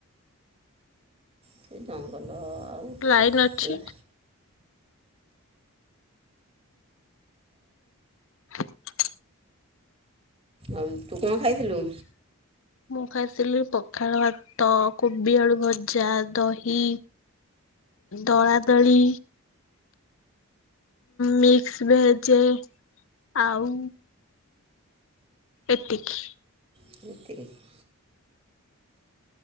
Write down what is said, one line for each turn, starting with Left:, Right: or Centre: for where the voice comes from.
Right: ସେ ଜଙ୍ଗଲ ଆଉ
Left: ଲାଇନ ଅଛି।
Right: ହେଲା।
Left: <inaudible>
Right: ଆଉ ତୁ କଣ ଖାଇଥିଲୁ?
Left: ମୁଁ ଖାଇଥିଲି ପଖାଳ ଭାତ। କୋବି ଆଳୁ ଭଜା ଦହି ଦଳାଦଳି। ମିକ୍ସ ଭେଜ ଆଉ ଏତିକି
Right: <unintelligible>